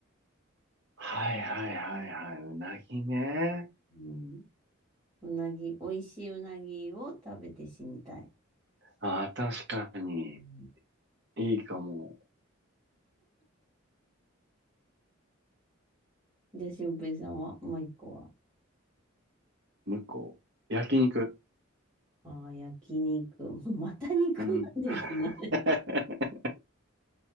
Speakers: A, on the right; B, on the right.
A: はいはいはいはい。うなぎね。
B: うん。うなぎ、美味しいうなぎを食べて死にたい。
A: ああ、確かに。
B: うん、
A: いいかも。
B: じゃあ、俊平さんは、もう一個は
A: もう一個、焼肉。
B: ああ、焼肉。<laughs> もうまた肉なんですね。
A: うん。<laughs>